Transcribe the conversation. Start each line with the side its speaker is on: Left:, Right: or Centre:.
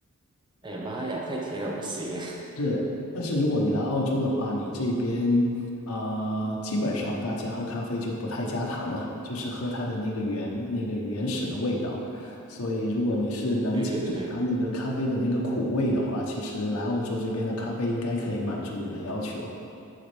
Right: 哎呀妈呀，太甜了不行啊
Left: 是，但是如果你来澳洲的话，你这边啊、呃基本上大家喝咖啡就不太加糖了，就是喝它的那个原那个原始的味道。所以，如果你是能接受它那个咖啡的那个苦味的话，
Right: 对对对对，
Left: 其实来澳洲这边的咖啡应该可以满足你的要求。